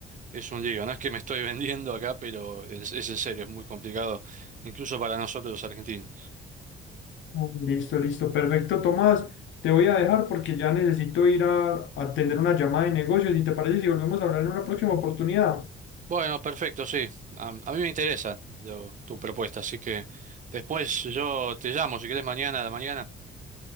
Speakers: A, on the right; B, on the left.
A: es un lío. No es que me estoy <laughs> vendiendo acá, pero es, es en serio, es muy complicado, incluso para nosotros los argentinos.
B: Ah, Listo, listo, perfecto, Tomás. Te voy a dejar porque ya necesito ir a, a atender una llamada de negocios. ¿Y te parece si volvemos a hablar en una próxima oportunidad?
A: Bueno, perfecto, sí. A, a mí me interesa lo- tu propuesta, así que después yo te llamo, si querés, mañana a la mañana.